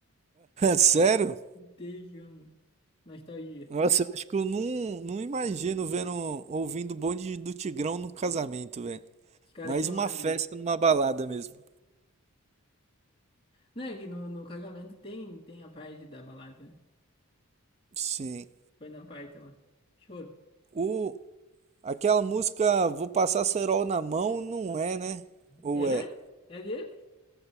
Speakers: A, on the right (about 30°); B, on the left (about 25°).
A: <laughs> Sério?
B: Tejão, mano. nostalgia.
A: Nossa, eu acho que eu não, não imagino vendo, ouvindo o Bonde do Tigrão num casamento, velho.
B: Os caras
A: Mais
B: chamaram
A: uma festa
B: ele.
A: numa balada mesmo.
B: Não, é que no, no casamento tem, tem a parte da balada, né?
A: Sim.
B: Foi na parte lá. Choro.
A: O, Aquela música Vou Passar Cerol na Mão não é, né? Ou
B: É?
A: é?
B: É dele?